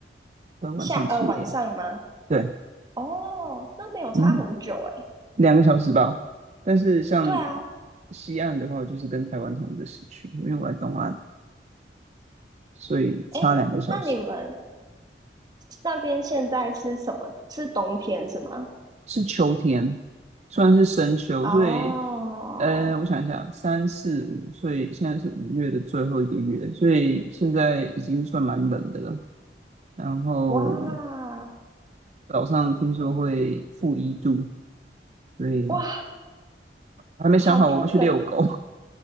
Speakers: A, on the right; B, on the right.
A: 快要晚上七点。
B: 下呃晚上吗？
A: 对，
B: 哦，那没有差很久诶。
A: 嗯。两个小时吧。但是像
B: 对啊，
A: 西岸的话，我就是跟台湾同一个时区，因为我在东岸，所以差两个小时。
B: 哎，那你们那边现在是什么？是冬天是吗？
A: 是秋天，算是深秋，
B: 哦，
A: 所以呃，我想一下，三四五，所以现在是五月的最后一个月，所以现在已经算蛮冷的了。然后
B: 哇
A: 早上听说会负一度，所以
B: 哇，
A: 还没想好我不去遛狗。
B: 好不可，